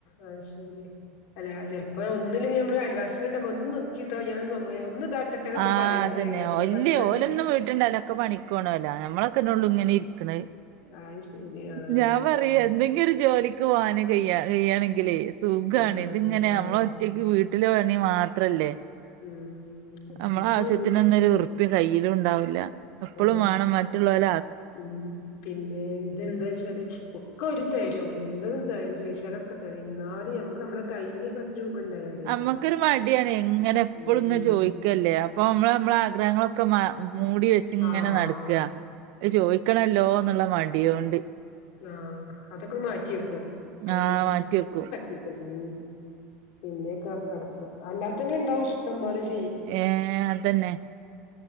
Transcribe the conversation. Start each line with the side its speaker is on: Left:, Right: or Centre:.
Left: ആ അയ്ശെരി അല്ലെ ചിലപ്പോ ഒന്നില്ലെങ്കിൽ നമ്മളെ അയൽവാസുണ്ട ഒന്ന് നിക്കിട്ടോ ഞാൻ ഒന്ന് ഇതാക്കട്ടെ എന്നൊക്കെ
Right: ആ
Left: പറയൊക്കെ
Right: അതന്നെ
Left: ചെയ്യാ നല്ല
Right: ഒല്ലിയ
Left: ബന്ധള്ള
Right: ഓലൊന്നും വീറ്റണ്ടാവൂല ഓലൊക്കെ പണിക്കോണോലാ നമ്മളൊക്കെ ന്നെ ഒള്ളു ഇങ്ങനെരിക് ക്ക്ണത്
Left: അത് ശരി ആഹ്
Right: ഞാൻ പറയാ എന്തെങ്കിലും ഒരു ജോലിക്ക് ക്ക് പോവാനും കയ്യേ കയ്യാണെങ്കിലും സുഖാണ്
Left: ആഹ്
Right: ഇതിങ്ങനെ നമ്മളൊറ്റക്ക് വീട്ട് വീട്ടിലെ പണി മാത്രല്ലേ
Left: ഉം
Right: നമ്മളെ
Left: നമുക്കൊഴി
Right: ആവശ്യത്തിനൊന്നും ഒരുർപ്പിയ കയ്യിലുണ്ടാ ലാ അപ്പളും
Left: അതെ
Right: വാണം മറ്റുള്ളോല
Left: ഉം പിന്നെ ഇതെന്താ വെച്ചാല് ഒക്കെ ഓര് തരും എല്ലതും തരും ചോദിച്ചാലൊക്കെ തരും ന്നാലും നമ്മുക്ക് നമ്മെ കയ്യിലൊരു പത്ത് രൂപ ഇണ്ടായാലേ
Right: അമ്മക്കൊരു മടിയാണ് ങ്ങനെ എപ്പളും
Left: ഉം
Right: ങ്ങനെ ചോയിക്കല്ലേ അപ്പൊ മ്മളെ മ്മളെ ഗ്രഹങ്ങളൊക്കെ മാ മൂടി വെച്ച് ങ്ങനെ
Left: ആഹ്
Right: നടക്കാ ചോയിക്ണല്ലോന്നുള്ള മടിയൊണ്ട്
Left: ആ അതൊക്കെ മാറ്റിയക്കും അന്നെ
Right: ആഹ് മാറ്റി വെക്കും
Left: പെ <unintelligible> പിന്നെയൊക്കെ നടത്തും അല്ലാത്തന്നെ ഇണ്ടാവും ഇഷ്ടംപലെ ഇഷ്
Right: ഏ അതന്നെ